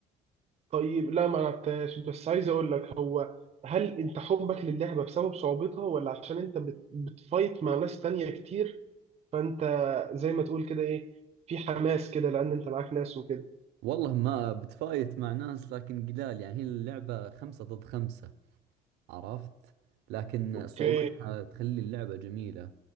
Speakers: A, on the right; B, on the right.
A: طيب لا ما لعبتهاش بس عايز اقول لك هو هل انت حبك للعبه بسبب صعوبتها ولا عشان انت بت بتفايت مع ناس تانية كتير فانت زي ما تقول كده ايه في حماس كده لان انت معاك ناس وكده
B: والله ما بتفايت مع ناس لكن قلال يعني هي اللعبة خمسة ضد خمسة عرفت لكن
A: اوكي
B: صعوبتها تخلي اللعبة جميلة